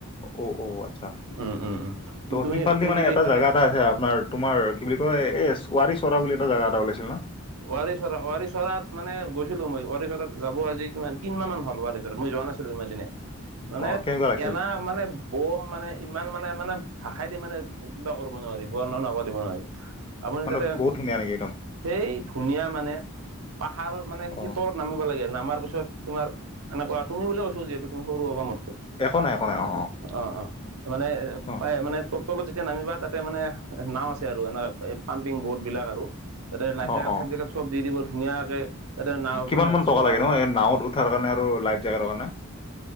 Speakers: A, on the left (about 25°); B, on the right (about 80°).
A: অ' অ' আচ্ছা।
B: উম', উম', উম'।
A: ত'
B: তুমি
A: সিফালদি
B: তুমি
A: মানে
B: যদি
A: এটা
B: এইফালে
A: জাগা এটা আছে আপোনাৰ, তোমাৰ কি বুলি কয়-এই ৱাৰী চৰা বুলি এটা জাগা এটা ওলাইছিল ন?
B: ৱাৰী-চৰা, ৱাৰী-চৰাত মানে গৈছিলো মই অফিছ এটাত যাব আজি কিমান তিন-মাহ হল, <unintelligible> মই যোৱা নাছিলো ইমান দিনে। মানে
A: অ কেনেকুৱা লাগিছিল
B: কেনা মানে বম মানে ইমান মানে মানে ভাষাই দি মানে কিবা কৰিব নোৱাৰি, বৰ্ণনা কৰিব নোৱাৰি। আপুনি
A: মানে
B: যাতে
A: বহুত ধুনীয়া নেকি একদম
B: সেই ধুনীয়া মানে পাহাৰৰ মানে সেইখি
A: অ
B: নামিব লাগে, নামাৰ পিছত তোমাৰ এনেকুৱা তুমি বুলিয়ে কৈছোঁ, যিহেতু তুমি সৰু হবা মোতকে। উ',
A: একো নাই একো নাই অ
B: অ', অ'। মানে
A: অ
B: পায় মানে তল-তলত যেতিয়া নামিবা, তাতে মানে নাও আছে আৰু এনেকা পাম্পিং ব'ৰ্ডবিলাক আৰু। তাতে লাইফ-জাকেট,
A: অ অ
B: চাইফ-জাকেট,
A: অ
B: চব দি দিব ধুনীয়াকে। তাতে নাও
A: কিমান
B: মানে
A: মান টকা
B: চলোৱা
A: লাগে ন, এ নাৱত উঠাৰ কাৰণে আৰু লাইভ জাকেট কাৰণে?